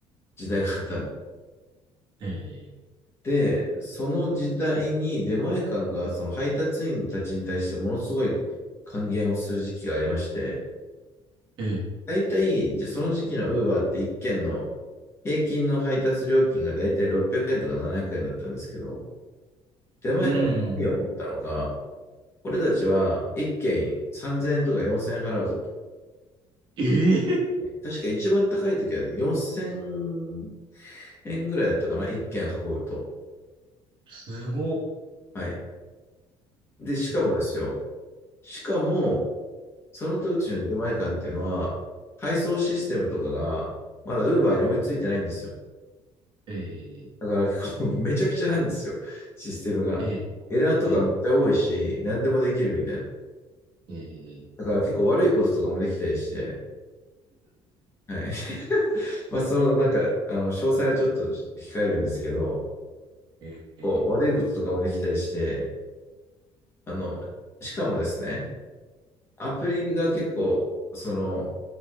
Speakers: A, on the left (about 25°); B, on the right (about 50°).
A: 時代があったん
B: え
A: で、その時代に出前館がその配達員たちに対してものすごい還元をする時期がありまして、
B: え、ええ、
A: 大体、じゃあその時期のウーバーって一件の平均の配達料金が大体600円とか700円だったんですけど、出前館が何を思ったのか、
B: うん。
A: 俺たちは1軒3000円とか4000円払うぞと。
B: ええ、
A: 確か一番高い時はね、4000円ぐらいだったかな、1軒運ぶと。
B: すごっ。
A: はい。で、しかもですよ。
B: え、
A: しかも、その時の出前館っていうのは、
B: え
A: 配送システムとかが、まだ Uber に追いついてないんですよ。
B: え、ええ、
A: だから結構 <laughs> めちゃくちゃなんですよ、システムが。
B: ええ、
A: エラーとかめっちゃ多いし、
B: ええ、
A: 何でもできるみたいな。
B: ええ、
A: だから結構悪いこととかもできたりして、はい。まあ、その、なんか、あの、詳細はちょっと控えるんですけど、
B: ええ、
A: こう、
B: え
A: 悪いこととかもできたりして、あの、しかもですね、アプリが結構、
B: え、
A: その、